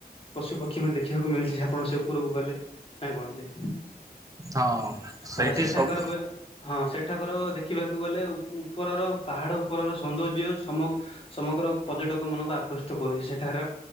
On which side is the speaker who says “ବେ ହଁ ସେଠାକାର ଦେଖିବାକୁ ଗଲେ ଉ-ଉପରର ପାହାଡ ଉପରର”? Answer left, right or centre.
Left